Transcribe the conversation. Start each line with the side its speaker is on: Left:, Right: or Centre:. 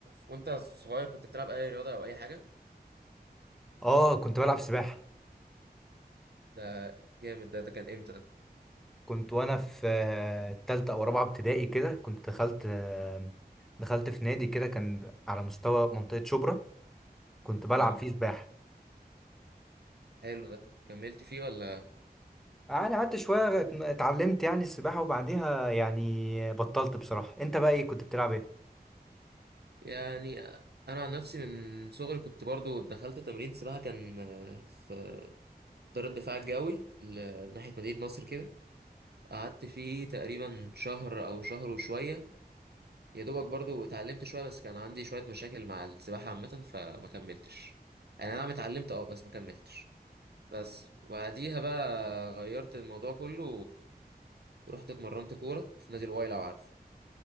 Right: وانت صغير كنت بتلعب اي رياضه او اي حاجه
Centre: اه كنت بلعب سباحه
Right: ده جامد ده ده كان امتى ده
Centre: كنت وانا في تالتة او رابعة ابتدائي كده كنت دخلت آه، دخلت في نادي كده كان على مستوى منطقة شبرا كنت بلعب
Right: مم.
Centre: فيه سباحة
Right: حلو ده كملت فيه ولا
Centre: يعني قعدت شوية ات- اتعلمت يعني السباحة وبعديها يعني بطلت بصراحة انت بقى ايه كنت بتلعب ايه
Right: يعني انا عن نفسي من صغري كنت برضو دخلت تمرين سباحه كان آه، في دار الدفاع الجوي ل- ناحيه مدينه نصر كده قعدت فيه تقريبا شهر او شهر وشويه يا دوبك برضو اتعلمت شويه بس كان عندي شويه مشاكل مع السباحه عامه فما كملتش يعني انا نعم اتعلمت اه بس ما كملتش بس وبعديها بقى غيرت الموضوع كله ورحت اتمرنت كوره في نادي الواي لو عارف